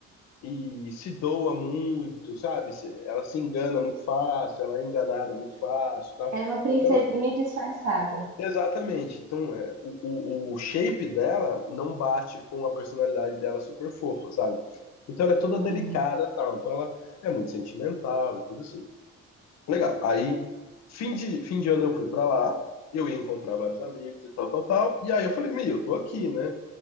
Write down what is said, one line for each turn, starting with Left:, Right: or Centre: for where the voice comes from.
Left: e, e se doa muito, sabe? Se- Ela se engana muito fácil, ela é enganada muito fácil, tal.
Right: Ela é uma princesinha
Left: Então,
Right: disfarçada.
Left: Exatamente. Então, é, o, o, o shape dela não bate com a personalidade dela super fofa, sabe? Então ela é toda
Right: Hum.
Left: delicada, tal. Então ela é muito sentimental e coisa assim. Legal. Aí, fim de, fim de ano eu fui pra lá, eu ia encontrar vários amigos e tal, tal, tal. E aí eu falei, meu, eu tô aqui, né?